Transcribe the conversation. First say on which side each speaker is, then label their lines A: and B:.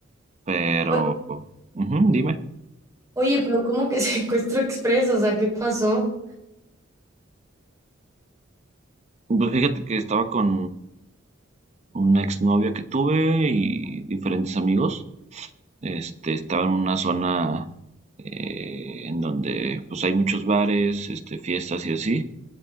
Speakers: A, on the right; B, on the right.
A: pero,
B: Oye,
A: ujú, dime.
B: oye, pero ¿cómo que <laughs> secuestro expreso? O sea, ¿qué pasó?
A: Pues fíjate que estaba con una exnovia que tuve y diferentes amigos. Este, estaba en una zona eh, en donde pues hay muchos bares, este, fiestas y así.